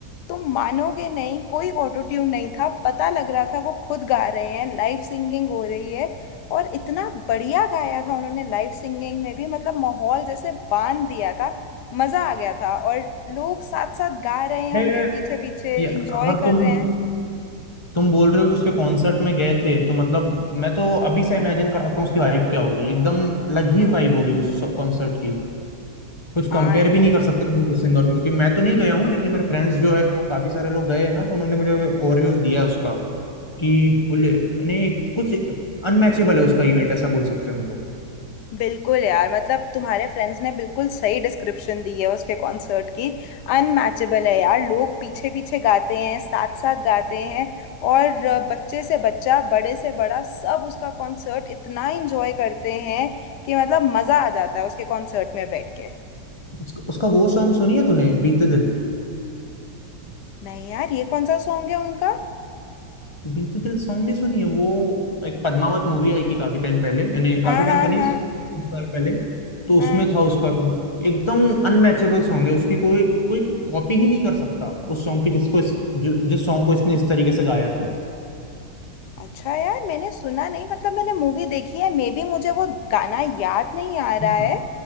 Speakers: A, on the left; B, on the left.
A: तो मानोगे नहीं कोई ऑटो ट्यून नहीं था पता लग रहा था वो खुद गा रहे हैं लाइव सिंगिंग हो रही है और इतना बढ़िया गाया था उन्होंने लाइव सिंगिंग में भी मतलब माहौल जैसे बांध दिया था मजा आ गया था और लोग साथ साथ गा रहे हैं
B: अरे
A: उनके पीछे पीछे
B: ये
A: इंजॉय
B: अगर
A: कर
B: तुम
A: रहे हैं
B: तुम बोल रहे हो कि उसके कॉन्सर्ट में गए थे तो मतलब मैं तो अभी से इमेजिन कर सकता हूँ उसकी वाइब क्या होगी एकदम अलग ही वाइब होगी उस कॉन्सर्ट की कुछ
A: हाँ
B: कंपेयर
A: यार
B: भी नहीं कर सकते हम लोग उस इंदौर को, क्योंकि मैं तो नहीं गया हूँ लेकिन मेरे फ्रेंड्स जो है वो काफी सारे लोग गए हैं ना तो उन्होंने मुझे ओवरव्यू दिया है उसका कि बोले नहीं कुछ अनमैचेबल है उसका इवेंट ऐसा बोल सकते हैं हम लोग
A: बिल्कुल यार मतलब तुम्हारे फ्रेंड्स ने बिल्कुल सही डिस्क्रिप्शन दी है उसके कॉन्सर्ट की अनमैचेबल है यार लोग पीछे पीछे गाते हैं साथ साथ गाते हैं और अ, बच्चे से बच्चा बड़े से बड़ा सब उसका कॉन्सर्ट इतना इंजॉय करते हैं कि मतलब मजा आ जाता है उसके कॉन्सर्ट में बैठ के
B: उसका, उसका वो सॉन्ग सुनी है तूने बीते दिल
A: नहीं यार ये कौन सा सॉन्ग है उनका
B: बीते दिल सॉन्ग नहीं सुनी है वो एक पद्मावत मूवी आई थी काफी टाइम पहले यानी काफी
A: हाँ
B: टाइम
A: हाँ
B: तो नहीं
A: हाँ
B: कुछ साल पहले तो
A: हाँ
B: उसमें था उसका song। एकदम अनमैचेबल सॉन्ग है उसकी कोई कोई कॉपी ही नहीं कर सकता उस सॉन्ग की जिसको इस, जो, जिस सॉन्ग को इसने इस तरीके से गाया
A: अच्छा यार मैंने सुना नहीं मतलब मैंने मूवी देखी है मे बी मुझे वो गाना याद नहीं आ रहा है
B: था